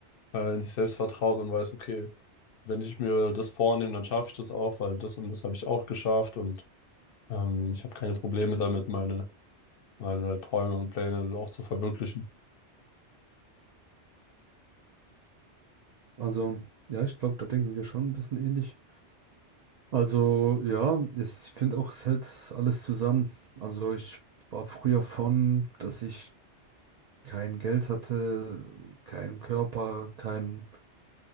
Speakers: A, on the left; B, on the right.
A: äh, in sich selbst vertraut und weiß, okay, wenn ich mir das vornehme, dann schaffe ich das auch, weil das und das habe ich auch geschafft und ähm, ich habe keine Probleme damit, meine, meine Träume und Pläne auch zu verwirklichen.
B: Also ja, ich glaube, da denken wir schon ein bisschen ähnlich. Also ja, ich finde auch, es hält alles zusammen. Also ich war früher von, dass ich kein Geld hatte, keinen Körper, kein,